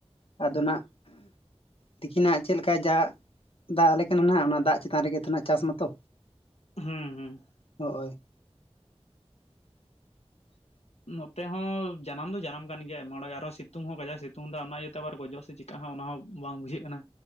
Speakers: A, on the left (about 55°); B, on the left (about 75°).
A: ᱟᱫᱚ
B: ᱚ
A: ᱱᱟᱜ ᱛᱤᱠᱤᱱᱟᱜ ᱪᱮᱫ ᱞᱮᱠᱟ ᱡᱟ ᱫᱟᱜ ᱟᱞᱮ ᱠᱟᱱᱟ ᱱᱟᱦᱟᱜ ᱚᱱᱟ ᱫᱟᱜ ᱪᱮᱛᱟᱱ ᱨᱮᱜᱮ ᱛᱚ ᱪᱟᱥ ᱢᱟᱛᱚ
B: ᱦᱩᱸ ᱦᱩᱸ
A: ᱦᱳᱭ <inaudible>
B: ᱱᱚᱛᱮ ᱦᱚᱸ ᱡᱟᱱᱟᱢ ᱫᱚ ᱡᱟᱱᱟᱢ ᱠᱟᱱ ᱜᱮᱭᱟ ᱟᱭᱢᱟ ᱦᱚᱲᱟᱜ ᱜᱮ ᱟᱨᱦᱚᱸ ᱥᱤᱛᱩᱝ ᱦᱚᱸ ᱠᱟᱡᱟᱠ ᱥᱤᱛᱩᱝ ᱫᱟ ᱚᱱᱟ ᱤᱭᱟᱹᱛᱮ ᱟᱵᱟᱨ ᱜᱚᱡᱚᱜ ᱥᱮ ᱪᱤᱼᱼ ᱠᱟᱜ ᱚᱱᱟ ᱦᱚᱸ ᱵᱟᱝ ᱵᱩᱡᱷᱟᱹᱜ ᱠᱟᱱᱟ।